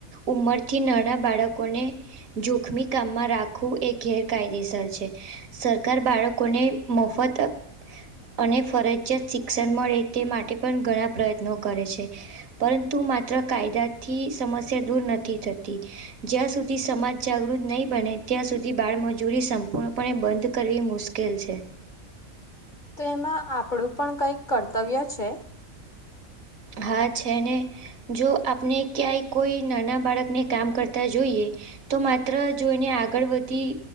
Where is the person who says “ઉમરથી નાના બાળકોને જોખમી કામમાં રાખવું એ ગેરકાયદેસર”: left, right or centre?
Right